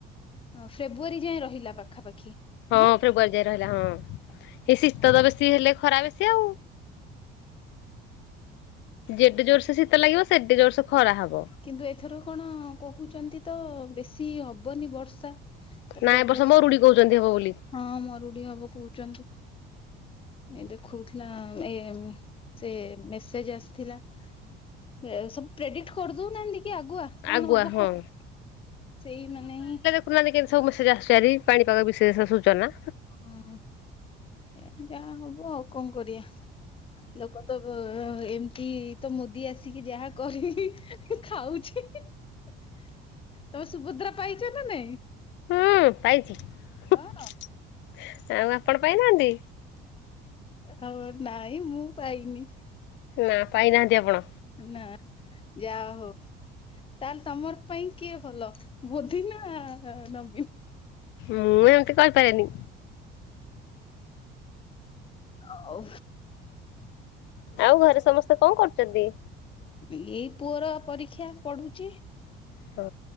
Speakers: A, on the left (about 25°); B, on the left (about 65°).
A: ଅ ଫେବୃଆରୀ ଯାଏଁ ରହିଲା ପାଖାପାଖି।
B: ହଁ
A: ନା
B: ଫେବୃଆରୀ ଯାଇଁ ରହିଲା ହଁ। ଏଇ ଶୀତ
A: ହଁ,
B: ତ ବେଶୀ ହେଲେ ଖରା ବେଶୀ ଆଉ। ଯେଡେ
A: ତେଣୁ
B: ଜୋର ସେ ଶୀତ ଲାଗିବ ସେଡେ ଜୋରସ ଖରା ହବ।
A: କିନ୍ତୁ ଏଥର କଣ କହୁଚନ୍ତି ତ ବେଶୀ ହବନି ବର୍ଷା। ତାପରେ
B: ନାଇଁ ଏ ବର୍ସ
A: ବର୍ଷ
B: ମରୁଢୀ କହୁଚନ୍ତି ହବ ବୋଲି।
A: ହଁ ମରୁଡି ହବ କହୁଚନ୍ତି। ଏ ଦେଖଉଥିଲା ଏ ସେ ମେସେଜ ଆସିଥିଲା। ଏ ସବୁ ପ୍ରେଡିକଟ କରିଦଉନାହାନ୍ତି କି ଆଗୁଆ କଣ
B: ଆଗୁଆ
A: ହବ
B: ହଁ
A: କଣ ସେଇ ମାନେ ହିଁ
B: ପ କେମତି ସବୁ ମେସେଜ ଆରି ପାଣିପାଗ ବିଶେଷ ସୂଚନା
A: ହୁଁ ଯାହା ହବ ଆଉ କଣ କରିବା। ଲୋକ ତ ଏମିତି ତ ମୋଦି ଆସିକି ଯାହା କରିକି ଖାଉଚି। ତମେ ସୁଭଦ୍ରା ପାଇଚ ନା ନାଇଁ?
B: ହୁଁ ପାଇଚି ଆଉ
A: ହଁ
B: ଆପଣ ପାଇନାହାନ୍ତି?
A: ହବ ନାଇଁ ମୁଁ ପାଇନି।
B: ନା ପାଇନାହାନ୍ତି ଆପଣ?
A: ନା ଯା ହଉ। ତାହେଲେ ତମର ପାଇଁ କିଏ ଭଲ ମୋଦି ନା ନବୀନ?
B: ମୁଁ ଏମତି କହିପାରେନି।
A: ହଉ।
B: ଆଉ ଘରେ ସମସ୍ତେ କଣ କରୁଚନ୍ତି?
A: ଏଇ ପୁଅର ପରୀକ୍ଷା ପଢୁଛି।
B: ହ